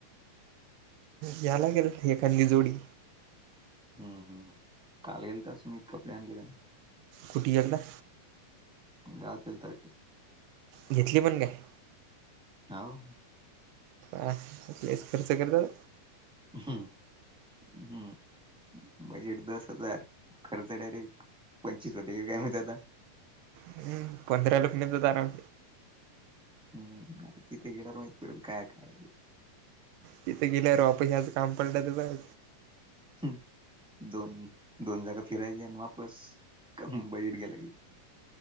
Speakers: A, on the right; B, in the centre.
A: यालागेल एखादी जोडी.
B: हम् हम्म काल गेलता सुमित कपडे आणलेला.
A: कुटी गेलता?
B: गावात गेलता वाटतं.
A: घेतली पण काय?
B: हाव.
A: आ लयच खर्च करतो.
B: हम्म हम्म.. बजेट दस हजार खर्च डायरेक्ट पंचवीस होतेय काय माहित आता.
A: हम्म पंधरा लुटणायच आराउंड.
B: हम्म काय तिथे गेल्यावर माहित पडेल काय काय ते.
A: तिथे गेल्यावर वापस यायचं काम पडलं तर बर.
B: हम्म दोन दोन जागा फिरायच्या आणि वापस कम बजेट गेला की.